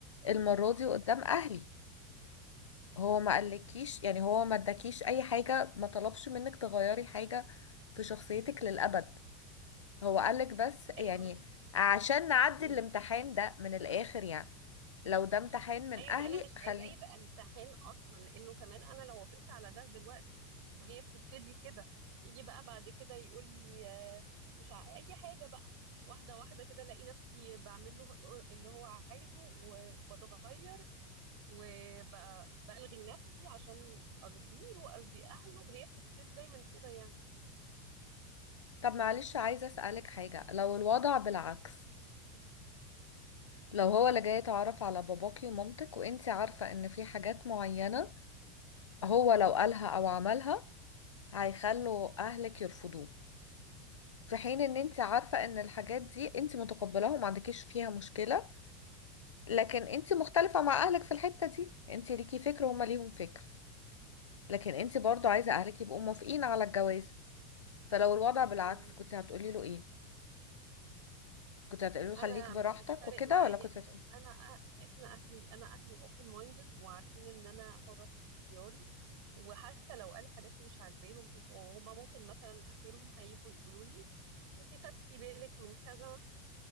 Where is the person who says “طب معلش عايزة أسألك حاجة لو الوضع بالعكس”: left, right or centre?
Left